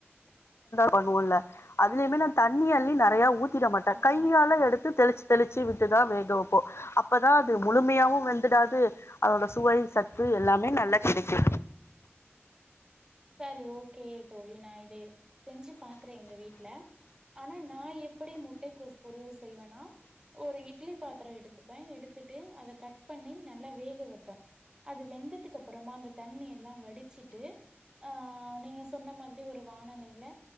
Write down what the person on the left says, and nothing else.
பண்ணுவல அதுலயுமே நா தண்ணி அள்ளி நிறையா ஊத்திட மாட்டே
கையால எடுத்து தெளிச்ச தெளிச்சு விட்டுதா வேக வைப்போ அப்பதா அது முழுமையாவு வெந்துடாது அதோட சுவை சத்து எல்லாமே நல்லா கிடைக்கு